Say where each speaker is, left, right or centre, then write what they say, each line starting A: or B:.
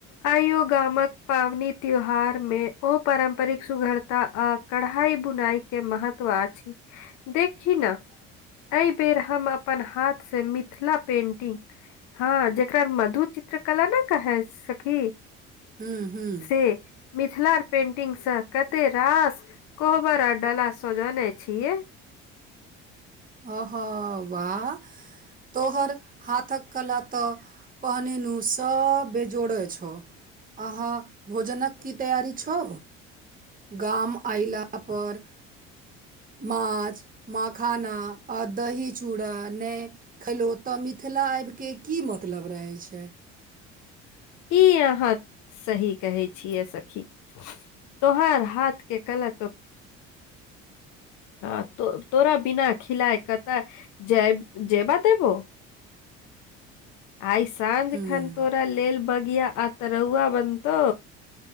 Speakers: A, on the left (about 70°); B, on the right (about 25°).
A: आइयो गाम मे पावनि त्यौहार मे ओ पारम्परिक सुधरता आ कढ़ाइ बुनाई के महत्व आ छी देखि ना एहि बेर हम अपन हाथसँ मिथिला पेंटिंग ह जेकरा मधु चित्रकला ने कहैय सखी
B: गेलहुँ।
A: से मिथिलार पेंटिंगसँ कते रास कोहबर डाला सजौने छियै
B: अह वाह तोहर हाथक कला तऽ पहनी नु सब बेजोड़े छौ अहाँ भोजनक की तैयारी छौ गाम अयलापर माछ मखाना आ दही चूड़ा नहि खेलौत ओतय मिथिला आईबके की मतलब रहै छै
A: ई अहाँ सही कहै छियै सखी तोहार हाथ के कलतुप आ तो तोरा बिना खिलाय कत जायब जैबा देबो आइ साँझ
B: हूँ
A: खन तोरा लेल बगिया आ तरौआ बनतौ